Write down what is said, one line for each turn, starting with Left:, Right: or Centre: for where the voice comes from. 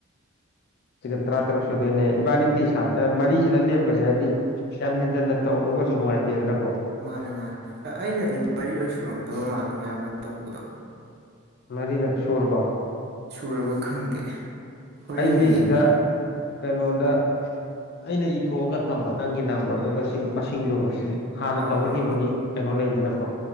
Left: ꯁꯤꯒ ꯇꯔꯥ ꯇꯔꯨꯛ ꯁꯨꯗꯣꯏꯅꯦ ꯏꯕꯥꯟꯅꯤꯗꯤ ꯁꯥꯟꯅ ꯑ ꯃꯔꯤꯁꯤꯅ ꯂꯦꯞꯄꯁꯦ ꯍꯥꯏꯗꯤ ꯌꯥꯝ ꯍꯦꯟꯖꯤꯟꯅ ꯇꯧꯔꯨꯔꯒꯁꯨ ꯅꯨꯡꯉꯥꯏꯇꯦꯗꯅꯀꯣ
Right: ꯃꯥꯅꯦ ꯃꯥꯅꯦ ꯑꯩꯅꯗꯤ ꯃꯔꯤꯔꯛ ꯁꯨꯔꯝꯒꯗꯕ ꯃꯥꯜꯂꯦ ꯑꯌꯥꯝꯕꯗ ꯇꯧꯕꯗꯣ
Left: ꯃꯔꯤꯔꯛ ꯁꯨꯔꯕꯣ
Right: ꯁꯨꯔꯕ ꯈꯪꯗꯦ ꯍꯣꯔꯦꯟ
Left: ꯑꯩꯗꯤ
Right: ꯌꯦꯡꯉꯒꯦ
Left: ꯁꯤꯗ ꯀꯩꯅꯣꯗ ꯑꯩꯅ ꯏꯊꯣꯛꯑꯒ ꯊꯝꯕ ꯅꯪꯒꯤ ꯅꯝꯕꯔꯗꯨꯒ ꯁꯤꯒ ꯃꯁꯤꯡꯗꯨꯒ ꯁꯤꯗ ꯍꯥꯟꯅ
Right: ꯑꯥ
Left: ꯇꯧꯅꯈꯤꯕꯒꯤ ꯀꯩꯅꯣ ꯂꯩꯗꯅꯀꯣ